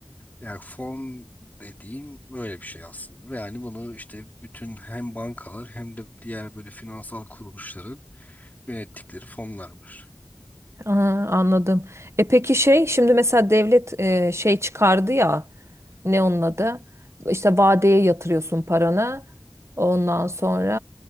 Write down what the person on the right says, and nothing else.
Aa, anladım. E peki şey şimdi mesela devlet e, şey çıkardı ya ne onun adı? İşte vadeye yatırıyorsun paranı. Ondan sonra